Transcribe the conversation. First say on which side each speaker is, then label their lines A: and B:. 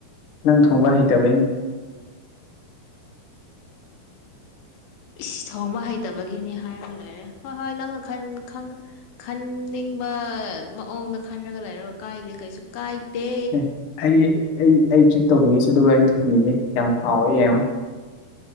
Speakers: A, on the left; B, on the left.
A: ꯅꯪ ꯊꯣꯡꯕ ꯍꯩꯇꯕꯩꯩꯅꯤ
B: ꯏꯁ ꯊꯣꯡꯕ ꯍꯩꯇꯕꯒꯤꯅꯤ ꯍꯥꯏꯔꯒ ꯂꯩꯔꯦ ꯍꯣꯏ ꯍꯣꯏ ꯅꯪꯅ <unintelligible> ꯈꯪ ꯈꯟꯅꯤꯡꯕ ꯃꯑꯣꯡꯗ ꯈꯟꯔꯒ ꯂꯩꯔꯣ ꯀꯥꯏꯗꯦ ꯀꯩꯁꯨ ꯀꯥꯏꯇꯦ
A: ꯑꯦ ꯑꯩ ꯑꯩ ꯑꯩ ꯇ꯭ꯔꯤꯠ ꯇꯧꯕꯤꯒꯦꯁꯦ ꯑꯗꯨꯒ ꯑꯩ ꯊꯣꯡꯕꯤꯒꯦ ꯀꯌꯥꯝ ꯍꯥꯎꯋꯦ ꯌꯦꯡꯉꯣ